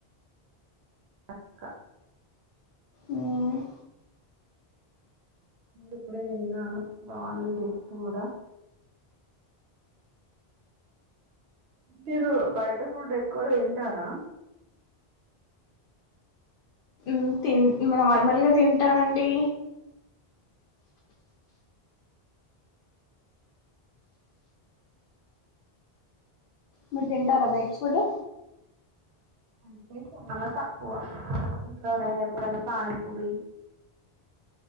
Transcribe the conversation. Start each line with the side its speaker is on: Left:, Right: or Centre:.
Right: అక్క
Left: మ్మ్
Right: ఇప్పుడే తిన్నాను బాఉంది టేస్ట్ కూడా మీరు బయట ఫుడ్ ఎక్కువ తింటారా?
Left: మ్ తిన్ నార్మల్గ తింటానండి మీర్దింటరా బైటి ఫుడ్
Right: అంటే చాలా తక్కువ ఇట్లోనే ఎప్పుడైనా పానిపూడి